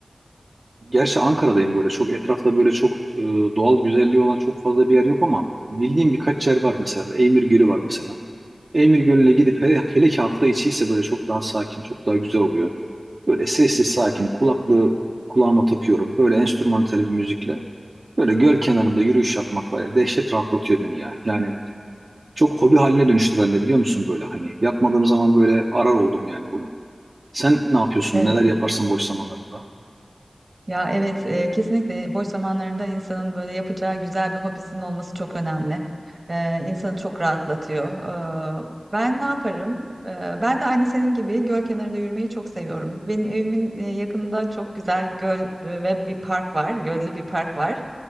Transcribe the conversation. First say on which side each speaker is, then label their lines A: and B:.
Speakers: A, on the right; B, on the right.
A: gerçi Ankara'dayım böyle çok etrafta böyle çok e, doğal güzelliği olan çok fazla bir yer yok ama bildiğim birkaç yer var mesela. Eymir Gölü var mesela. Eymir Gölü'ne gidip <laughs> hele, hele ki hafta içi ise böyle çok daha sakin, çok daha güzel oluyor. Böyle sessiz sakin kulaklığı kulağıma takıyorum. Böyle enstrümantal bir müzikle. Böyle göl kenarında yürüyüş yapmak var ya dehşet rahatlatıyor beni ya. Yani çok hobi haline dönüştü bende biliyor musun böyle hani. Yapmadığım zaman böyle arar oldum yani bunu. Sen ne yapıyorsun?
B: Evet.
A: Neler yaparsın boş zamanlarında?
B: Ya evet e, kesinlikle boş zamanlarında insanın böyle yapacağı güzel bir hobisinin olması çok önemli. E, insanı çok rahatlatıyor. E, ben ne yaparım? E, ben de aynı senin gibi göl kenarında yürümeyi çok seviyorum. Benim evimin e, yakınında çok güzel göl e, ve bir park var, göllü bir park var.